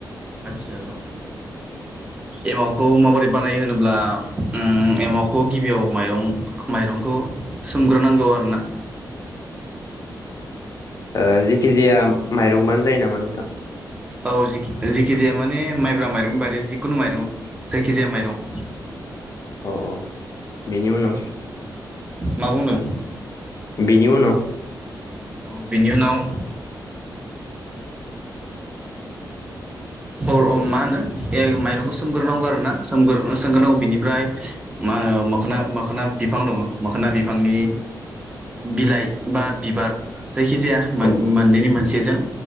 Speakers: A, on the right; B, on the left.
A: आतसा र' एमावखौ माबोरै बानायो होनो ब्ला उम एमावखौ गिबियाव माइरं-माइरंखौ सोमग्रोनांगौ आरोना
B: ओ जेखिजाया माइरंबानो जायो नामा नोंथां
A: औ जि जिखिजाया माने माइब्रा माइरं बादै जिखुनु माइरं जायखिजाया माइरं
B: अ अ बेनि उनाव
A: मा बुंदों
B: बिनि उनाव
A: औ बेनि उनाव औ ओ मा होनो ए माइरंखौ सोमग्रोनांगौ आरो ना सोमगोर सोमग्रोनांगौ
B: औ
A: बिनिफ्राय मा ओ मोखोना-मोखोना बिफां दङ मोखोना बिफांनि बिलाइ बा बिबार जायखिजाया मोन-मोननैनि
B: औ
A: मोनसेजों